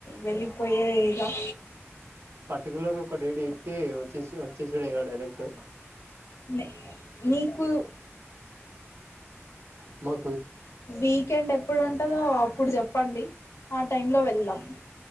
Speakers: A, on the left; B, on the right.
A: వెళ్ళిపోయేక
B: పర్టి్యులర్ ఒక డే తి వచ్చి వచ్చిసిడ ఇ డైరక్ట్
A: న నీకు
B: మ
A: వీకెండ్ ఎప్పుడు ఉంటందో ఇప్పుడు చెప్పండి ఆ టైంలో వెళ్దాం